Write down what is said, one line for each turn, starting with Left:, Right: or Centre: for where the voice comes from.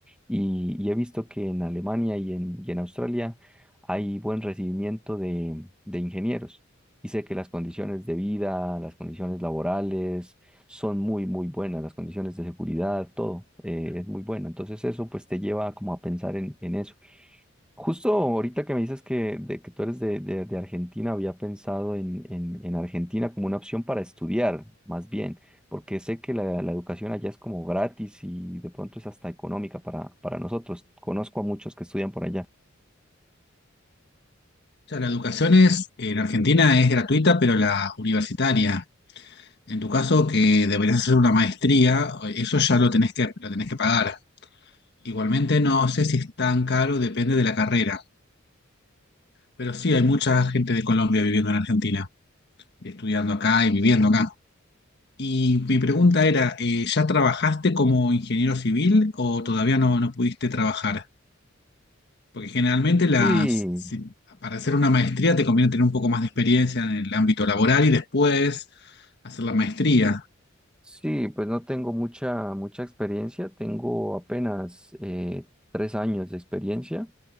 Centre: y, y he visto que en Alemania y en, y en Australia hay buen recibimiento de, de ingenieros. Y sé que las condiciones de vida, las condiciones laborales son muy, muy buenas, las condiciones de seguridad, todo eh, es muy bueno. Entonces eso pues te lleva como a pensar en en eso. Justo ahorita que me dices que, de, que tú eres de, de- de Argentina, había pensado en, en- en Argentina como una opción para estudiar, más bien, porque sé que la, la educación allá es como gratis y de pronto es hasta económica para, para nosotros. Conozco a muchos que estudian por allá.
Left: sea, la educación es, en Argentina es gratuita, pero la universitaria. En tu caso, que deberías hacer una maestría, eso ya lo tenés que, lo tenés que pagar. Igualmente no sé si es tan caro, depende de la carrera, pero sí hay mucha gente de Colombia viviendo en Argentina, estudiando acá y viviendo acá. Y mi pregunta era, eh, ¿ya trabajaste como ingeniero civil o todavía no, no pudiste trabajar? Porque generalmente las,
Centre: Sí,
Left: si- para hacer una maestría te conviene tener un poco más de experiencia en el ámbito laboral y después hacer la maestría.
Centre: sí, pues no tengo mucha, mucha experiencia, tengo apenas eh, tres años de experiencia